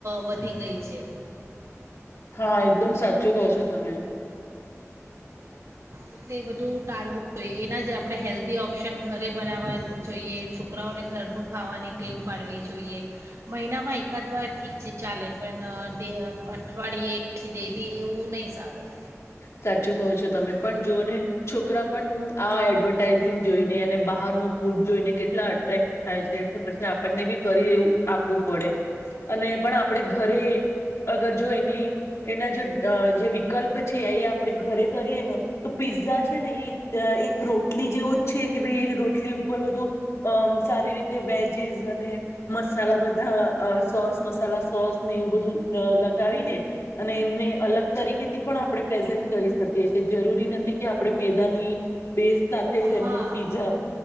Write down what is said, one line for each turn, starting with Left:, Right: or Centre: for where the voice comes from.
Right: વધી ગઈ છે.
Left: હા એકદમ સાચું કહો છો તમે.
Right: એટલે એ બધું ટાળવું જોઈએ એના જ આપડણે હેલ્ધી ઓપ્શન. ઘરે બનાવવા જોઈએ. છોકરાઓને ઘરનું ખાવાની ટેવ પાડવી જોઈએ મહિનામાં એકાદ વાર ઠીક છે ચાલે પણ ડે અઠવાડિયે પછી ડેલી એવું નહીં સારું.
Left: સાચું કહો છો તમે પણ જોઓને છોકરા પણ આ એડવર્ટાઈઝિંગ જોઈને અને બહાર ન ફૂડ જોઈને કેટલા અટ્રેક્ટ થાય છે એટલે પછી આપણને બી કરી એવું આપવું પડે અને પણ આપડ ઘરે અગર જો એની એના જો જે વિકલ્પ છે એ. આપણે ઘરે કરીએ ને તો પીઝા છે ને એ એક રોટલી જેવું જ છે કે ભાઈ એ રોટલી ઉપર બધું અ સારી રીતે વેજીસ અને મસાલા બધા સોસ મસાલા સોસ ને એવું બધું અ લગાવીને અને એમને અલગ તરીકેથી પણ આપણે પ્રેઝન્ટ. કરી શકીએ જરૂરી નથી કે આપણે મેદાની બેસ. સાથે જ
Right: હા
Left: એમને પીઝા.